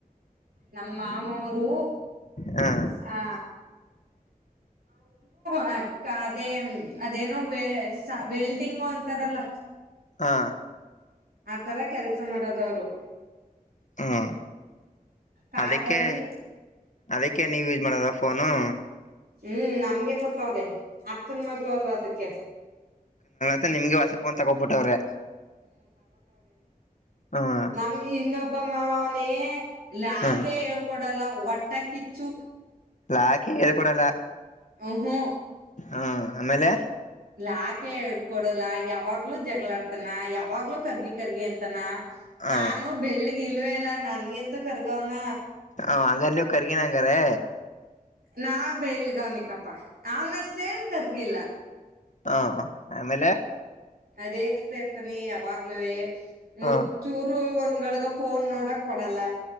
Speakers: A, on the right; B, on the left.
A: ನಮ್ಮ ಮಾಮ ಅವ್ರು
B: ಹ
A: ಹಾ. ಹ ಅದೇ ಅದೇನೋ ವಲ್ಡಿಂಗ್ ಒ ಹತಾರಲ್ಲ.
B: ಹಾ
A: ಆತರ ಕೆಲ್ಸ ಮಾಡೋದವ್ರು.
B: ಹಾ
A: ಕಾಡಲ್ಲಿ
B: ಅದಕ್ಕೆ ಅದಕ್ಕೆ ನೀವ ಯೂಸ್ ಮಾಡದ ಫೋನು.
A: ಹ್ಮ್ ನಮಗೆ ಕೊಟ್ಟಾವದೆ ಅಕ್ಕನ್ ಮಗಳು ಅಲ್ವಾ ಅದಕ್ಕೆ.
B: ತ ನಿಮ್ಗೆ ವಸಪೋನ್ ತಗೋಬಿಟ್ಟವ್ರೆ. ಹ
A: ನಮಗೆ ಇನ್ನೊಬ್ಬ. ನ ಅವನೇ ಇ ಯಾಕೆ
B: ಹ
A: ಹೇಳ್ಕೊಡಲ್ಲ ವಟ್ಟಕ್ಕಿಚ್ಚು.
B: ಲಾಕ್ ಹೇಳ್ ಕೊಡಲ್ಲ.
A: ಹ್ಮ್ ಹು.
B: ಹಾ ಆಮೇಲೆ.
A: ಲಾಕೆ ಹೇಳ್ ಕೊಡಲ್ಲ, ಯಾವಾಗ್ಲೂ ಜಗಳಾಡ್ತನ, ಯಾವಾಗ್ಲೂ ಕರ್ಗಿ ಕರ್ಗಿ ಅಂತನ.
B: ಹ
A: ತಾನು ಬೆಳ್ಳಿಗ್ ಇಲ್ವೇ ಇಲ್ಲ ನನ್ಗಿಂತೂ ಕರ್ಗವನ.
B: ಹಾ ಹಂಗಾರ್ ನೀವು ಕರ್ಗಿನ ಹಂಗಾರೆ.
A: ನಾ ಬೆಳ್ಗನಿಕಪ್ಪಾ ಅವನಷ್ಟೇನ್ ಕರ್ಗಿಲ್ಲ.
B: ಹಾ ಆಮೇಲೆ.
A: ರೆಕ್ಸ್ತ್ ಇರ್ತಾನಿ ಯಾವಾಗ್ಲೂವೆ
B: ಹ
A: ಒಂದ್ ಚೂರು ಒಂದ ನಿಗಳಗ ಫೋನ್ ನೋಡಕ್ ಕೊಡಲ್ಲ.